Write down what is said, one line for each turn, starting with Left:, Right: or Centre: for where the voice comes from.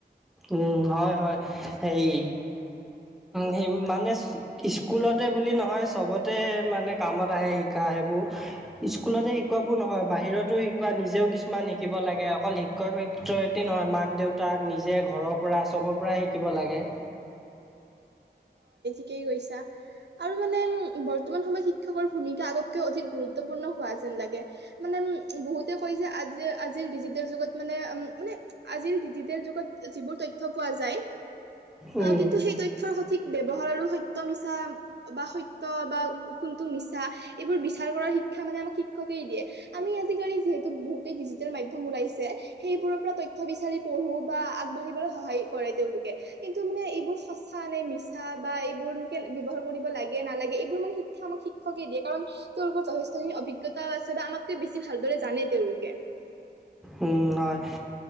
Centre: উম, হয়, হয় হেৰি সেই মানে স্কুলতে বুলি নহয় চবতে মানে কামত আহে শিকায়। বোৰ স্কুলতে শিকোবোৰ নহয়। বাহিৰতো শিকোৱা, নিজেও কিছুমান শিকিব লাগে। অকল শিক্ষক শিক্ষয় শিক্ষয়তী নহয় মাক দেউতাক নিজে ঘৰৰ পৰা চবৰ পৰাই শিকিব লাগে।
Right: থিকেই কৈছা আৰু মানে উম বৰ্তমান সময়ত শি শিক্ষকৰ ভূমিকা আগতকৈ অধিক গুৰুত্বপূৰ্ণ হোৱা যেন লাগে। মানে উম বহুতে কৈ যে আজি আজিৰ ডিজিটেল যুগত মানে মানে আজিৰ ডিজিটেল যুগত যিবোৰ তথ্য পোৱা যায়।
Centre: উম
Right: কিন্তু সেই তথ্যৰ সঠিক ব্যৱহাৰ আৰু সত্য মিছা বা সত্য বা কোনটো মিছা এইবোৰ বিচাৰ কৰাৰ শিক শিক্ষা মানে আমাক শিক্ষকেই দিয়ে। আমি আজিকালি যিহেতু বহুতেই ডিজিটেল মাধ্যম ওলইছে। সেইবোৰৰ পৰা তথ্য থ্য বিচাৰি পঢ়ো বা আগবাঢ়িবলৈ সহায় কৰে তেওঁলোকে। কিন্তু মানে এইবোৰ মছা নে মিছা বা এইবোৰ কে ব্যৱহাৰ কৰিব লাগে নালাগে এইবোৰ মানে শি শিক্ষা আমাক শিক্ষকে দিয়ে। কাৰণ তেওঁলোকৰ যথেষ্টখিনি অভিজ্ঞতা আছে বা আমাক বেছি ভালদৰে জানে তেওঁলোকে।
Centre: উম, হয়।